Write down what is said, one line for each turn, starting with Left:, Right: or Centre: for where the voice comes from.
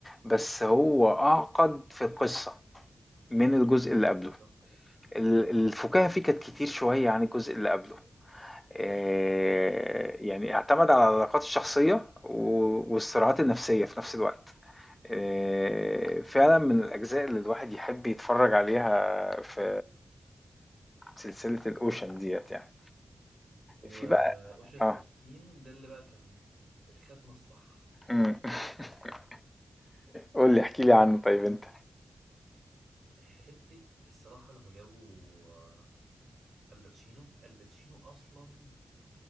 Left: بس هو أعقد في القصة من الجزء اللي قبله.
Right: ده
Left: ال الفُكاهة فيه كانت كتير شوية عن الجزء اللي قبله. آه، يعني اعتمد على العلاقات الشخصية و- والصراعات النفسية في نفس الوقت آه، فعلا من الأجزاء اللي الواحد يحب يتفرج عليها في سلسلة الأوشن ديت يعني
Right: واوشن
Left: في بقى اه
Right: 13 ده اللي بقى كان الختمة الصح
Left: مم. <laughs> قول لي احكي لي عنه طيب انت
Right: حتة الصراحة لما جابوا آه، الباتشينو الباتشينو أصلا